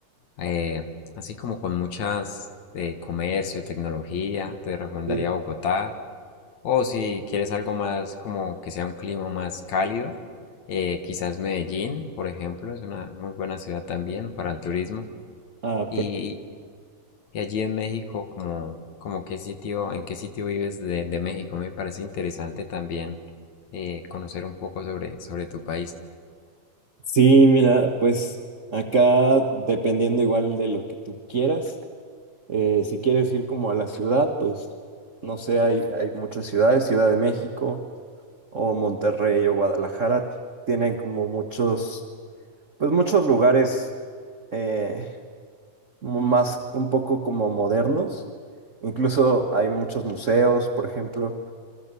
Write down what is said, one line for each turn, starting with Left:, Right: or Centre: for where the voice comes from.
Left: eh, así como con muchas eh, comercio, tecnología, te recomendaría
Right: sí.
Left: Bogotá. O si quieres algo más como que sea un clima más cálido, eh, quizás Medellín, por ejemplo, es una muy buena ciudad también para el turismo.
Right: Ah,
Left: Y y allí en México, como, como qué sitio, en qué sitio vives de, de México, me parece interesante también eh, conocer un poco sobre, sobre tu país.
Right: Sí, mira, pues acá dependiendo igual de lo que tú quieras, eh, si quieres ir como a la ciudad, pues no sé, hay, hay muchas ciudades, Ciudad de México o Monterrey o Guadalajara, tienen como muchos, pues muchos lugares eh, mo- más un poco como modernos, incluso hay muchos museos, por ejemplo,